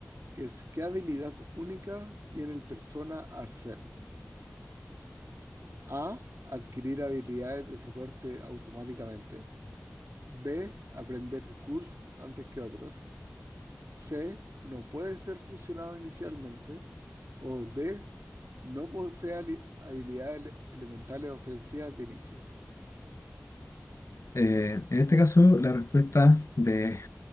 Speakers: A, on the right (about 85°); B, on the left (about 75°).
A: que es ¿qué habilidad única tiene el persona Arsène? A. Adquirir habilidades de soporte automáticamente. B. Aprender cursos antes que otros. C. No puede ser fusionado inicialmente. O D. No posee ali- habilidades ele- elementales ofensivas de inicio.
B: Eh, en este caso, la respuesta de